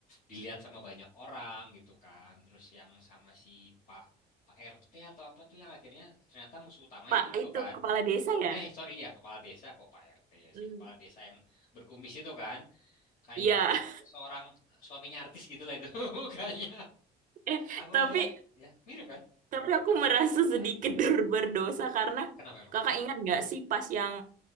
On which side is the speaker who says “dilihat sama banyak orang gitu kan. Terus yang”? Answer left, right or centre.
Left